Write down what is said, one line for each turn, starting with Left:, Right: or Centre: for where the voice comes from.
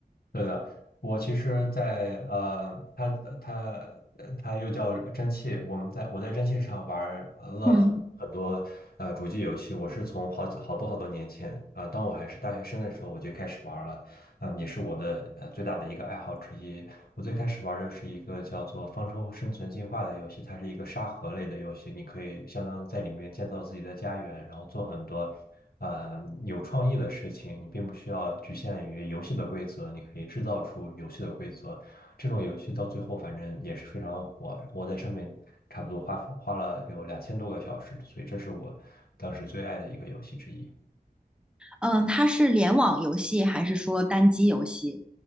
Left: 对的，我其实在，呃，它它呃它又叫蒸汽，我们在我在蒸汽上玩儿了很很多呃主机游戏，
Centre: 嗯。
Left: 我是从好几好多好多年前啊、呃当我还是大学生的时候我就开始玩儿了，嗯、也是我的呃最大的一个爱好之一。我最开始玩的是一个叫做《方舟生存进化》的游戏，它是一个沙盒类的游戏，你可以相当于在里面建造自己的家园，然后做很多呃有创意的事情。你并不需要局限于游戏的规则，你可以制造出游戏的规则。这种游戏到最后反正也是非常火，我在上面差不多花花了有两千多个小时，所以这是我当时最爱的一个游戏之一。
Centre: 嗯，它是联网游戏还是说单机游戏？